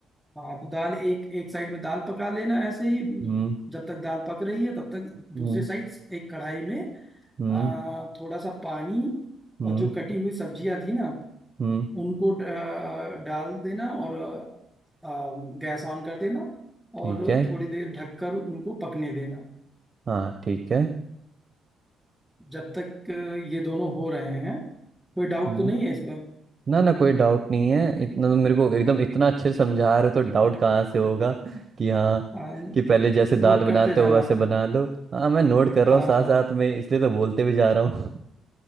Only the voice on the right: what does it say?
हम्म
हम्म
हम्म
हम्म
हम्म,
ठीक
है
हाँ ठीक है
हम्म
ना ना कोई डाउट नहीं है इतना तो मेरे को एकदम इतना अच्छे से समझा रहे हो तो डाउट कहाँ से होगा <laughs> कि हाँ
कि पहले जैसे दाल
बनाते
हो वैसे बना लो हाँ मैं नोट कर रहा
हूँ साथ
साथ में इसलिए तो बोलते भी जा रहा हूँ <laughs>